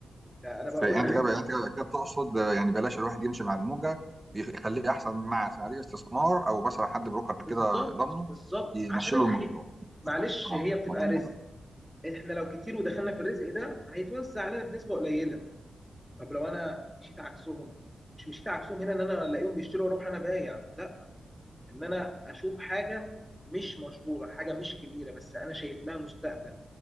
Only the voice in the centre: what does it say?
ده انا
بقول
لك
بالظبط
بالظبط
عشان الخير
معلش
هي بتبقى
رزق
احنا لو كتير ودخلنا في الرزق ده هيتوزع علينا بنسبه قليله طب لو انا مشيت عكسهم مش مشيت عكسهم هنا ان انا الاقيهم بيشتروا واروح انا بايع لا ان انا اشوف حاجه مش مشهوره حاجه مش كبيره بس انا شايف لها مستقبل